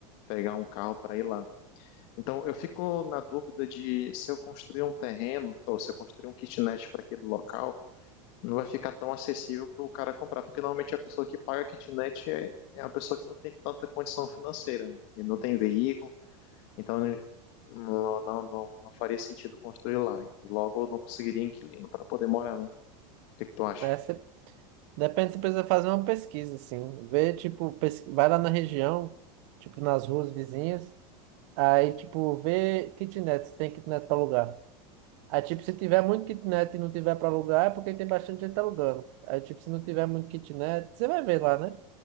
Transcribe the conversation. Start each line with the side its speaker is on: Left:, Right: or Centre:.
Left: pegar um carro para ir lá. Então, eu fico na dúvida de se eu construir um terreno ou se eu construir um kitnet para aquele local, não vai ficar tão acessível para o cara comprar, porque normalmente a pessoa que paga kitnet é, é a pessoa que não tem tanta condição financeira né? e não tem veículo, então não, não, não, não faria sentido construir lá. E logo eu não conseguiria inquilino para poder morar, né? O que que tu acha?
Right: É, Depende, você precisa fazer uma pesquisa, assim. Ver, tipo, pes- vai lá na região, tipo, nas ruas vizinhas. Aí, tipo, vê kitnet, se tem kitnet para alugar. Aí, tipo, se tiver muito kitnet e não tiver para alugar, é porque tem bastante gente alugando. Aí, tipo, se não tiver muito kitnet, você vai ver lá, né?